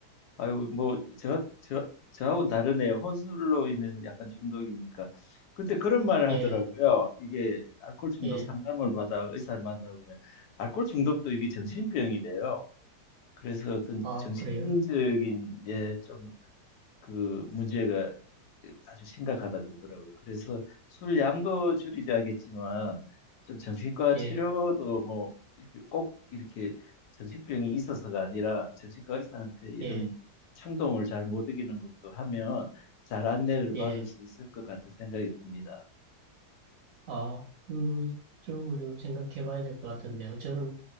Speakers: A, on the left (about 70°); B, on the right (about 70°).
A: 아이고, 뭐, 저, 저, 저하고는 다르네요. 혼술로 인해서 약간 중독이니까. 근데 그런 말을
B: 예,
A: 하더라고요. 이게 알코올 중독
B: 예,
A: 상담을 받아 의사를 만나보면, 알코올 중독도 이게 정신병이래요. 그래서 어떤
B: 아,
A: 정신적인,
B: 그래요?
A: 예, 좀 그 문제가 아주 심각하다 그러더라고요. 그래서 술 양도 줄이자겠지만 좀 정신과
B: 예,
A: 치료도 뭐 이렇게 꼭 이렇게 정신병이 있어서가 아니라 정신과 의사한테 이런
B: 예,
A: 충동을 잘 못 이기는 것도 하면 잘 안내를 받을
B: 예,
A: 수 있을 것 같은 생각이 듭니다.
B: 아, 그쪽을 좀 생각해 봐야 될 것 같은데요. 저는